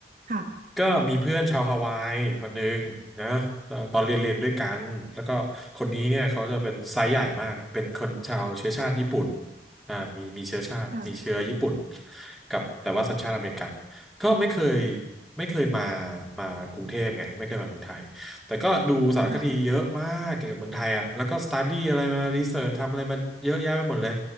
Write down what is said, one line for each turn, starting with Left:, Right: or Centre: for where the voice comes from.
Right: ค่ะ
Centre: ก็มีเพื่อนชาวฮาวายคนหนึ่งนะตอนตอนเรียนเรียนด้วยกันแล้วก็คนนี้เนี่ยเขาจะเป็นไซส์ใหญ่มากอะเป็นคนชาวเชื้อชาติญี่ปุ่น อ่ามีมีเชื้อชาติมีเชื้อญี่ปุ่น
Right: ค่ะ
Centre: กับแต่ว่าสัญชาติอเมริกันก็ไม่เคยไม่เคยมามากรุงเทพไงไม่เคยมาเมืองไทยแต่ก็ดูสารคดีเยอะมากเกี่ยวกับเมืองไทยอ่ะแล้วก็สต
Right: ค่ะ
Centre: u ดี้อะไรมารีเสิร์ชทำอะไรมาเยอะแยะไปหมดเลย